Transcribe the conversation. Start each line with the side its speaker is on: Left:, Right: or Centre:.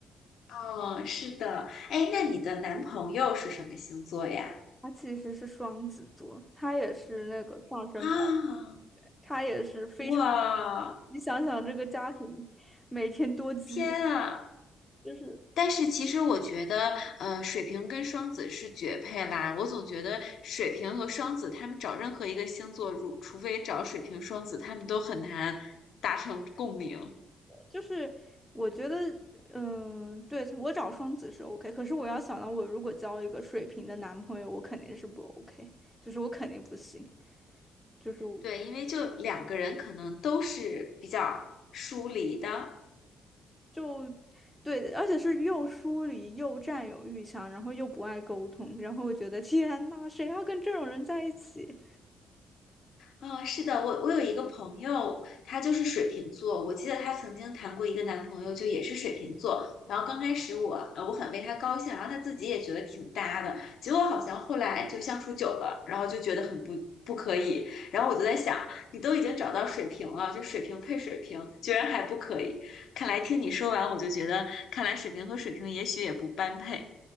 Left: 哦，是的，哎，那你的男朋友是什么星座呀？
Centre: 他其实是双子座，他也是那个上升白。
Left: 啊，
Centre: 他也是非常，
Left: 哇，
Centre: 你想想这个家庭每天多激烈，
Left: 天啊！
Centre: 就是
Left: 但是其实我觉得，呃，水瓶跟双子是绝配啦。我总觉得水瓶和双子，他们找任何一个星座，如除非找水瓶、双子，他们都很难达成共鸣。
Centre: 就是，我觉得，嗯、对，我找双子是 OK，可是我要想到我如果交一个水瓶的男朋友，我肯定是不 OK，就是我肯定不行，就是我
Left: 对，因为就两个人可能都是比较疏离的。
Centre: 就对，而且是又疏离又占有欲强，然后又不爱沟通，然后我觉得天呐，谁要跟这种人在一起？
Left: 嗯，是的，我我有一个朋友，他就是水瓶座，我记得她曾经谈过一个男朋友，就也是水瓶座。然后刚开始我呃我很为他高兴，然后他自己也觉得挺搭的，结果好像后来就相处久了，然后就觉得很不不可以。然后我就在想，你都已经找到水瓶了，就水瓶配水瓶，居然还不可以？看来听你说完，我就觉得，看来水瓶和水瓶也许也不般配。